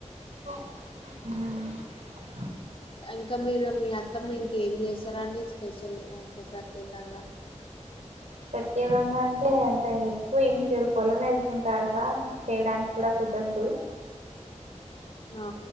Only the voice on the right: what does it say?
ఆ
ప్రత్యేకంగా అంటే అంత ఎక్కువ ఏం చేయరు పొలం వెళ్తుంటారుగా చేయడానికి కూడా కుదరదు